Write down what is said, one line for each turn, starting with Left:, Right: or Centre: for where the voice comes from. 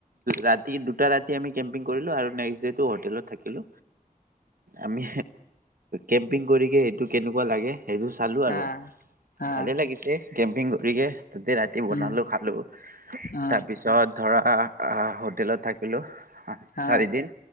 Right: ৰাতি দুটা ৰাতি আমি কেম্পিং কৰিলো আৰু নেক্সট ডেটো হোটেলত থাকিলো আমি কেম্পিং কৰিকে সেইটো কেনেকুৱা লাগে।। সেইটো চালো আৰু
Left: অ অ
Right: ভালে লাগিছে কেম্পিং কৰিকে ৰাতি বনালোঁ
Left: উম
Right: খালোঁ
Left: অ
Right: তাৰপিছত ধৰা হোটেলত থাকিলোঁ। চাৰিদিন
Left: অ